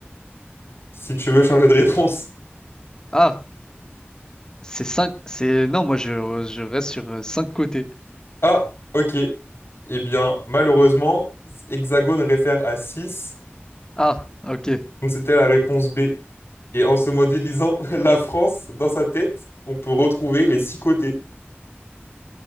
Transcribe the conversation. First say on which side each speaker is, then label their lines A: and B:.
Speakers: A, on the left; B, on the left.
A: Si tu veux changer de réponse.
B: Ah, c'est 5, c'est... Non, moi, je, je reste sur euh, 5 côtés.
A: Ah, ok. Eh bien, malheureusement, hexagone réfère à 6.
B: Ah, ok.
A: Donc c'était la réponse B. Et en se modélisant <laughs> la France dans sa tête, on peut retrouver les six côtés.